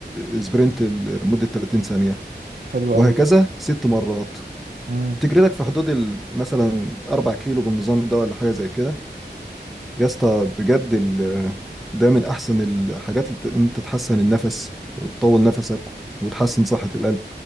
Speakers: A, in the centre; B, on the right.
A: آه، سبرنت لمدة 30 ثانية
B: حلو
A: وهكذا
B: قوي ده
A: ست مرات
B: امم
A: تجري لك في حدود ال- مثلا 4 كيلو بالنظام ده ولا حاجه زي كده يا اسطى بجد ال- ده من احسن الحاجات اللي ت- انت تحسن النفس وتطول نفسك وتحسن صحه القلب